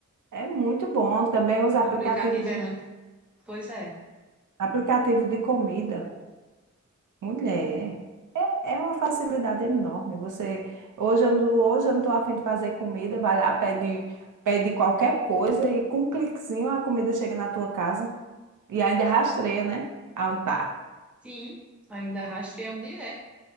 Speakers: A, on the right (about 80°); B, in the centre.
A: É muito bom. Também os aplicativos
B: aplicativo
A: de,
B: é muito. Pois é.
A: aplicativo de comida. Mulher, é, é uma facilidade enorme. Você, hoje eu não, hoje eu não estou afim de fazer comida, vai lá, pede, pede qualquer coisa e com um cliquezinho a comida chega na tua casa. E ainda rastreia, né? Aonde tá.
B: Sim, ainda rastreando direto.